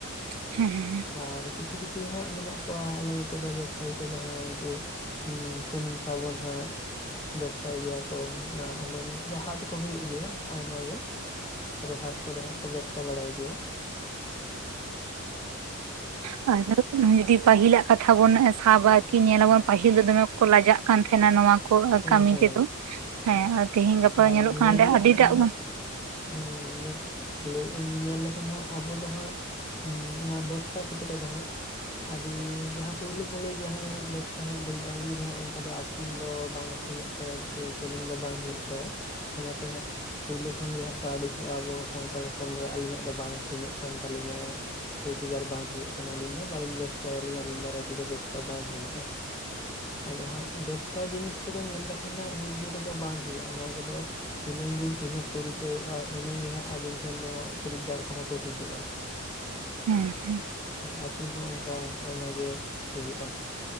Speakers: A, on the right (about 80°); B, on the left (about 20°).
A: ᱦᱮᱸ
B: ᱟᱨ ᱠᱤᱪᱷᱩ ᱠᱤᱪᱷᱩ ᱦᱟᱸᱜ ᱢᱮᱱᱟᱜ ᱠᱚᱣᱟ ᱟᱞᱮ ᱱᱚᱛᱮ ᱫᱚ ᱵᱮᱵᱽᱥᱟᱭᱤ ᱠᱚ ᱡᱟᱦᱟᱸᱭ ᱩᱱᱠᱩ ᱦᱩᱸ ᱥᱩᱱᱩᱢ ᱥᱟᱵᱚᱱ ᱦᱟᱸᱜ ᱵᱮᱵᱽᱥᱟᱭ ᱜᱮᱭᱟ ᱠᱚ ᱚᱱᱟ ᱟᱞᱮ ᱱᱤᱛ ᱫᱚ ᱦᱟᱸᱴ ᱠᱚ ᱦᱩᱭᱩᱜ ᱜᱮᱭᱟ᱾ ᱟᱭᱢᱟ ᱜᱮ ᱟᱫᱚ ᱦᱟᱸᱴ ᱠᱚᱨᱮ ᱦᱟᱸᱜ ᱠᱚ ᱵᱮᱵᱽᱥᱟ ᱵᱟᱲᱟᱭ ᱜᱮᱭᱟ᱾
A: ᱦᱮᱸ ᱟᱫᱚ ᱡᱩᱫᱤ ᱯᱟᱹᱦᱤᱞᱟᱜ ᱠᱟᱛᱷᱟ ᱵᱚᱱ ᱥᱟᱵᱟ ᱠᱤ ᱧᱮᱞᱟᱵᱚᱱ ᱯᱟᱹᱦᱤᱞ ᱫᱚ ᱫᱚᱢᱮ ᱠᱚ ᱞᱟᱡᱟᱜ ᱠᱟᱱ ᱛᱟᱦᱮᱱᱟ ᱱᱚᱣᱟ ᱠᱚ ᱠᱚ
B: ᱦᱮᱸ
A: ᱠᱟᱹᱢᱤ
B: ᱦᱮᱸ
A: ᱛᱮᱫᱚ ᱦᱮᱸ ᱛᱮᱦᱮᱧ ᱜᱟᱯᱟ
B: ᱟᱨ
A: ᱧᱮᱞᱚᱜ ᱠᱟᱱᱟ
B: ᱧᱮᱞ ᱞᱮᱠᱷᱟᱱ
A: ᱟᱹᱰᱤᱴᱟᱜ
B: ᱦᱟᱸᱜ
A: ᱵᱟᱝ
B: ᱦᱮᱸ ᱞᱟᱹᱭᱮᱫ ᱤᱧ ᱧᱮᱞ ᱞᱮᱠᱷᱟᱱ ᱦᱟᱸᱜ ᱟᱵᱚ ᱫᱚ ᱦᱟᱸᱜ ᱚᱱᱟ ᱵᱮᱵᱽᱥᱟ ᱠᱷᱮᱛᱨᱮ ᱫᱚ ᱦᱟᱸᱜ ᱟᱹᱰᱤ ᱡᱟᱦᱟᱸ ᱯᱳᱭᱞᱳ ᱯᱳᱞᱳ ᱡᱟᱦᱟᱸᱭ ᱦᱟᱸᱜ ᱵᱮᱵᱽᱥᱟᱭ ᱦᱟᱸᱭ ᱫᱩᱲᱩᱵᱟᱭ ᱩᱱᱤ ᱫᱚ ᱦᱟᱸᱜ ᱚᱱᱠᱟ ᱫᱚ ᱟᱠᱷᱨᱤᱧ ᱫᱚ ᱵᱟᱝ ᱟᱹᱠᱷᱨᱤᱧᱚᱜ ᱛᱟᱭᱟ ᱥᱮ ᱥᱮᱞᱤᱝ ᱫᱚ ᱵᱟᱝ ᱦᱩᱭᱩᱜ ᱛᱟᱭᱟ ᱚᱱᱟᱛᱮ ᱦᱟᱸᱜ ᱯᱳᱭᱞᱳ ᱠᱷᱚᱱ ᱜᱮ ᱦᱟᱸᱜ ᱠᱚ ᱟᱹᱲᱤᱥᱚᱜᱼᱟ ᱟᱵᱚ ᱥᱟᱱᱛᱟᱲ ᱦᱚᱯᱚᱱ ᱫᱚ ᱟᱹᱞᱤᱧᱟᱜ ᱫᱚ ᱵᱟᱝ ᱟᱹᱠᱷᱨᱤᱧᱚᱜ ᱠᱟᱱ ᱛᱟᱹᱞᱤᱧᱟ᱾ ᱨᱚᱡᱽᱜᱟᱨ ᱵᱟᱝ ᱦᱩᱭᱩᱜ ᱠᱟᱱᱟ ᱟᱹᱞᱤᱧ ᱫᱚ ᱵᱟᱹᱞᱤᱧ ᱵᱮᱵᱽᱥᱟᱭᱟ ᱟᱹᱞᱤᱧ ᱫᱟᱨᱟᱸᱭ ᱛᱮᱫᱚ ᱵᱮᱵᱽᱥᱟ ᱵᱟᱝ ᱦᱩᱭᱩᱜᱼᱟ᱾
A: <inaudible>
B: ᱟᱫᱚ ᱦᱟᱸᱜ ᱵᱮᱵᱽᱥᱟ ᱡᱤᱱᱤᱥ ᱠᱚᱫᱚ ᱧᱮᱞ ᱞᱮᱠᱷᱟᱱᱟᱸᱜ ᱢᱤᱫ ᱫᱤᱱ ᱨᱮᱫᱚ ᱵᱟᱝ ᱦᱩᱭᱩᱜᱼᱟ᱾ ᱱᱚᱣᱟ ᱠᱚᱫᱚ ᱛᱤᱱᱟᱹᱝ ᱵᱤᱱ ᱪᱤᱱᱦᱟᱹ ᱯᱚᱨᱤᱪᱚᱭᱚᱜᱼᱟ ᱩᱱᱟᱹᱝ ᱜᱮ ᱦᱟᱸᱜ ᱟᱹᱵᱤᱱ ᱴᱷᱮᱱ ᱫᱚ ᱦᱟᱸᱜ ᱠᱷᱚᱨᱤᱫᱽᱫᱟᱨ ᱠᱚᱦᱚᱸ ᱠᱚ ᱦᱤᱡᱩᱜᱼᱟ᱾
A: ᱦᱮᱸ
B: ᱟᱨ ᱟᱠᱷᱨᱤᱧ ᱦᱚᱸ ᱚᱱᱠᱟ ᱟᱭᱢᱟ ᱜᱮ ᱦᱩᱭᱩᱜᱼᱟ᱾